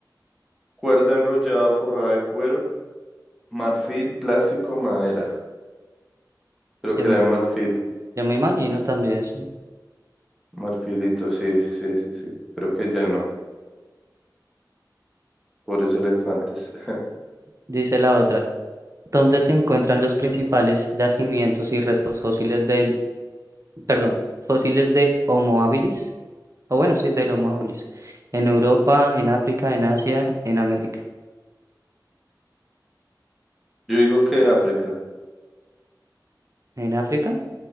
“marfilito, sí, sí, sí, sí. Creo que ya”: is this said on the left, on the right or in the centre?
Centre